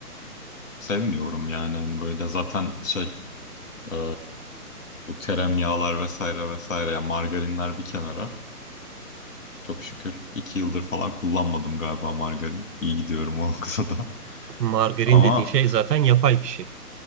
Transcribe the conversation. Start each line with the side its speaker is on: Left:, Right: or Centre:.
Left: Sevmiyorum yani hani böyle zaten şey Ee, bu teremyağlar vesaire vesaire yani margarinler bir kenara. Çok şükür iki yıldır falan kullanmadım galiba margarin. İyi gidiyorum o <laughs> da.
Right: Margarin
Left: Ama
Right: dediğin şey zaten yapay bir şey